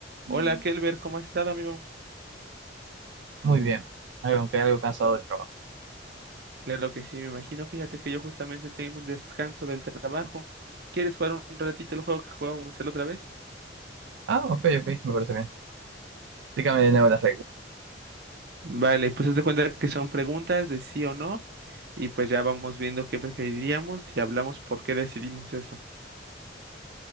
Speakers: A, on the right; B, on the right.
A: Muy
B: Hola, Kelber, ¿cómo has estado, amigo?
A: bien. Algo, aunque algo cansado del trabajo.
B: Claro que sí, me imagino. Fíjate que yo justamente tengo un descanso del trabajo. ¿Quieres jugar un ratito el juego que jugábamos la otra vez?
A: Ah, ok, ok, me parece bien. Explícame de nuevo las reglas.
B: Vale, pues haz de cuenta que son preguntas de sí o no, y pues ya vamos viendo qué preferiríamos y hablamos por qué decidimos eso.